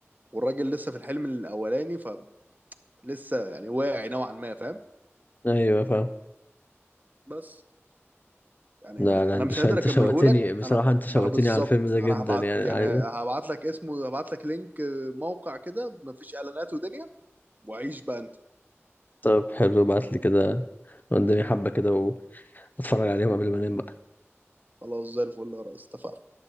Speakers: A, on the right (about 35°); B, on the left (about 40°).
A: والراجل لسه في الحلم الاولاني فلسه يعني واعي نوعا ما فاهم
B: ايوه فاهم
A: بس يعني
B: لا
A: انا
B: لا
A: انا
B: انت
A: مش
B: شو...
A: قادر
B: انت
A: اكمله
B: شوقتني
A: لك
B: بصراحة
A: انا
B: انت شوقتني
A: ما انا بالظبط
B: على الفيلم ده
A: انا
B: جدا
A: هبعت
B: يعني
A: يعني
B: عايز...
A: هبعت لك اسمه هبعت لك لينك آه، موقع كده مفيش اعلانات ودنيا وعيش بقى انت
B: طب حلو ابعت لي كده قدامي حبة كده واتفرج عليهم قبل ما انام
A: خلاص زي الفل يا ريس اتفقنا